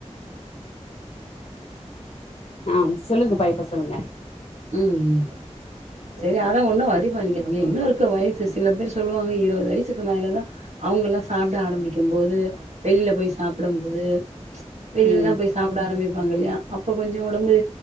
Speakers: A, on the left; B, on the right.
A: ஆ சொல்லுங்க பாய்ப்பா சொல்லுங்க
B: ம் ம் செரி அதா ஒன்னு ஒரி பண்ணிக்காதீங்க இன்னு இருக்கு வயசு சில பேர் சொல்லுவாங்க இருவது வயசுக்கு மேலதா அவங்கல்லா சாப்ட ஆரம்பிக்கும் போது வெளியில போய் சாப்புடும் போது வெளியிலலா
A: ம்
B: போய் சாப்புட ஆரம்பி இருக்காங்க இல்லயா அப்ப கொஞ்ச ஒடம்பு